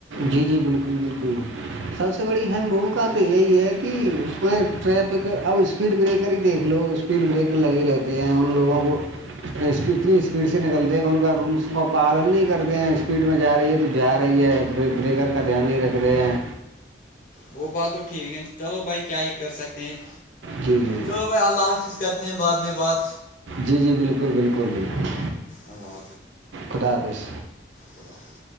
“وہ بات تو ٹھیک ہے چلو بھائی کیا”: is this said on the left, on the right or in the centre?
Left